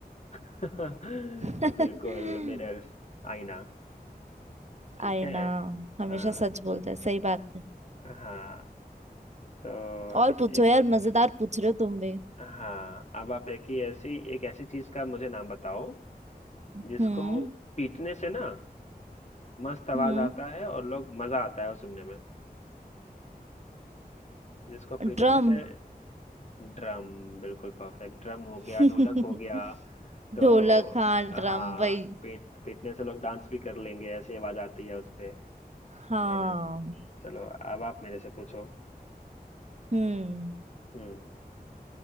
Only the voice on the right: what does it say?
<laughs>
हम्म
आए
ना हमेशा
सच बोलता है सही बात है
और पूछो
यार मजेदार पूछ रहे हो तुम भी
हम्म
हम्म
ड्रम
<laughs>
ढोलक हाँ
ड्रम भाई
हाँ
हम्म